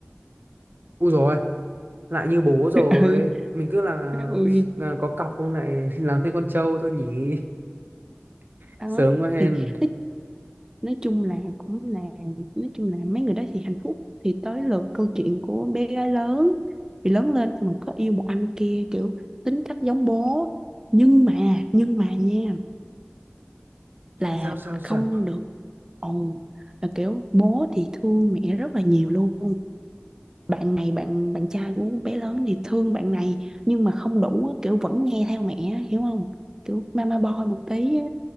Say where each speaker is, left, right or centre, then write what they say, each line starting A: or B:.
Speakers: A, on the right; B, on the right.
A: Úi rồi lại như bố rồi
B: <laughs> ừ
A: mình cứ là,
B: ui
A: là có cọc không lại <laughs> làm thêm con trâu thôi nhỉ <laughs>
B: đó
A: sớm quá hen
B: thì nói nói chung là cũng là nói chung là mấy người đó thì hạnh phúc thì tới lượt câu chuyện của bé gái lớn thì lớn lên xong rồi có yêu một anh kia kiểu tính cách giống bố nhưng mà nhưng mà nha là
A: sao sao sao
B: không được ồn là kiểu bố thì thương mẹ rất là nhiều luôn bạn này bạn bạn trai của bé lớn thì thương bạn này nhưng mà không đủ á, kiểu vẫn nghe theo mẹ á, hiểu không kiểu mama boy một tí á.